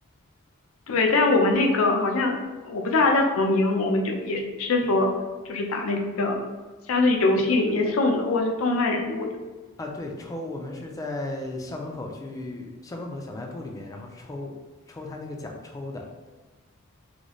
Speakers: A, on the left; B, on the left.
A: 对，但我们那个好像我不知道它叫什么名，我们就也是说就是打那个像是游戏里面送的，或者是动漫人物的。
B: 啊，对，抽，我们是在校门口去校门口的小卖部里面，然后抽抽他那个奖抽的，